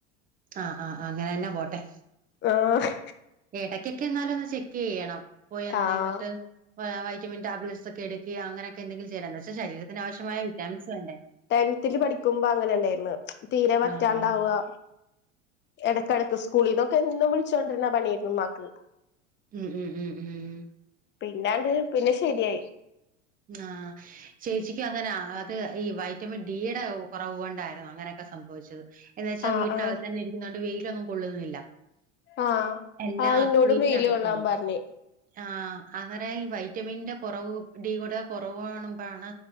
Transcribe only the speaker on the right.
ആഹ് ആഹ് അഹ് അങ്ങനന്നെ പോട്ടെ.
എടക്കൊക്കെ എന്നാലും ഒന്ന് ചെക്ക്യ്യണം പോയി എന്നെയ്ന്നിട്ട്.
വ വൈറ്റമിൻ ടാബ്ലറ്റ്സൊക്കെ എടുക്കേ അങ്ങനൊക്കെ എന്തെങ്കിലും ചെ <unintelligible> രത്തിനാവശ്യമായ വിറ്റാമിൻസ് വേണ്ടെ.
ആഹ്
ഉം ഉം ഉം ഊം
ആഹ്. ചേച്ചിക്ക് അങ്ങന അത് ഈ വൈറ്റമിൻ ഡിയിടെ കൊറവ് കൊണ്ടായിരുന്നു അങ്ങനൊക്കെ സംഭവിച്ചത്. എന്ന് വെച്ചാ
വീട്ടിനകത്തന്നെ
ഇരിക്കുന്നൊണ്ട് വെയിലൊന്നും കൊള്ളുന്നില്ല.
എല്ലാം
അക്നീറ്റിനകത്ത്തന്നെ.
ആഹ് അന്നേരം ഈ വൈറ്റമിന്റെ കൊറവു ഡി കൂടെ കൊറവാണുമ്പഴാണ്